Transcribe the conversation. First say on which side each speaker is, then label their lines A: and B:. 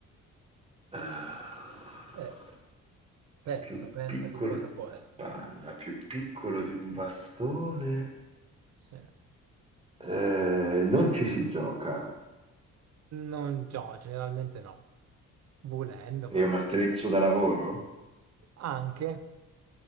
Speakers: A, on the right; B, on the right.
A: Ah,
B: Eh, pensa,
A: più
B: pensa
A: piccolo
B: che cosa
A: di
B: può
A: una
B: essere.
A: panna, più piccolo di un bastone.
B: Sì.
A: Eh, non ci si gioca.
B: Non, no, generalmente no. Volendo,
A: È
B: ma
A: un
B: no.
A: attrezzo da lavoro?
B: Anche